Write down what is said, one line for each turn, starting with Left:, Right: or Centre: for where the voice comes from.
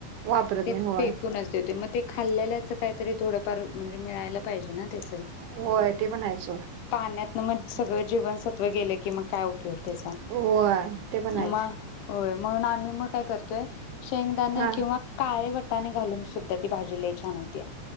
Right: वापरत
Left: ते
Right: नाही होय
Left: फेकूनच देते मग ते खाल्लेल्याच काहीतरी थोडंफार म्हणजे मिळायला पाहिजे ना त्याच
Right: होय ते पण आहे सोड
Left: पाण्यातन मग सगळं जीवनसत्व गेलं की मग काय उपयोग त्याचा
Right: होय तेपण आहेच
Left: मग होय म्हणून आम्ही मग काय करतोय शेंगदाणे
Right: हा
Left: किंवा काळे वट वाटाणे घालून सुद्धा ती भाजीलय छान होतीया